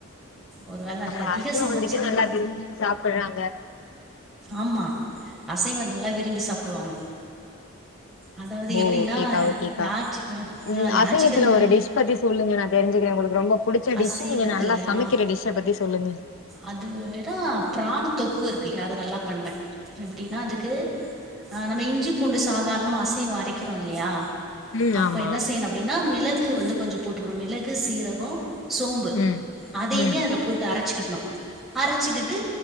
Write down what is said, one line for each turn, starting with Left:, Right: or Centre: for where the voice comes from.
Centre: ஒரு வேள அத
Left: அப்ப
Centre: அதிக
Left: அசைவம்
Centre: சமச்சிருந்தா
Left: வந்துட்டு நல்லா விரும்பி சாப்புட்றாங்க
Centre: ஆமா அசைவ நல்லா விரும்பி சாப்டுவாங்க அதாவது
Left: ஓ
Centre: எப்டினா
Left: ஓகேக்கா ஓகேக்கா
Centre: ஞாற்று
Left: ம்
Centre: நா அ ஞாயிற்றுகெழம
Left: அசைவத்துல ஒரு டிஷ் பத்தி சொல்லுங்க நா தெரிஞ்சுகுறே உங்களுக்கு ரொம்ப புடிச்ச
Centre: அசைவத்துலயா
Left: டிஷ்ஷ நீங்க நல்லா சமைக்குற டிஷ்ஷ பத்தி சொல்லுங்க
Centre: அதுவேனா பிரான் தொக்கு இருக்கு இல்லியா அத நல்லா பண்ணுவே எப்டினா அதுக்கு நம்ப இஞ்சி பூண்டு சாதார்ணமா அசைவோ அரக்கிறோ இல்லியா
Left: ம்
Centre: அப்ப
Left: ஆமா
Centre: என்ன செய்ணோ அப்டினா மிளகு வந்து கொஞ்சோ போட்டுக்ணோ மிளகு சீரகோ சோம்பு
Left: ம்
Centre: அதையுமே
Left: ம்
Centre: அதுல போட்டு அரச்சிக்கிட்ணோ அரச்சிகிட்டு